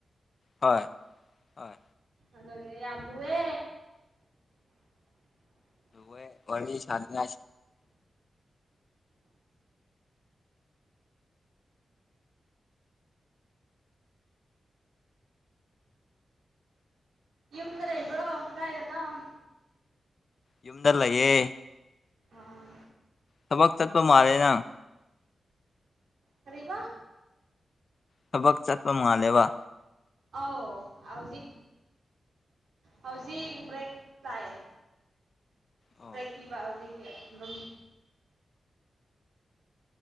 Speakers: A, on the left; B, on the right.
A: ꯍꯣꯏ ꯍꯣꯏ
B: ꯑꯗꯒꯦ ꯌꯥꯝ ꯌꯥꯝ ꯂꯨꯋꯦ
A: ꯋꯦ ꯋꯥꯔꯤꯔꯗꯤ ꯁꯅ
B: ꯌꯨꯝꯗ ꯂꯩꯕ꯭ꯔꯣ ꯀꯥꯏꯗꯅꯣ
A: ꯌꯨꯝꯗ ꯂꯩꯌꯦ
B: ꯑꯥ
A: ꯊꯕꯛ ꯆꯠꯄ ꯃꯥꯜꯂꯦꯅꯪ
B: ꯀꯔꯤꯕ
A: ꯊꯕꯛ ꯆꯠꯄ ꯃꯉꯂꯦꯕ
B: ꯑꯧ ꯍꯧꯖꯤꯛ ꯍꯧꯖꯤꯛ ꯕ꯭ꯔꯦꯛ ꯂꯥꯛꯑꯦ
A: ꯑꯣ
B: ꯕ꯭ꯔꯦꯛ ꯄꯤꯕ ꯍꯧꯖꯤꯛꯀꯤ ꯑꯗꯨꯝ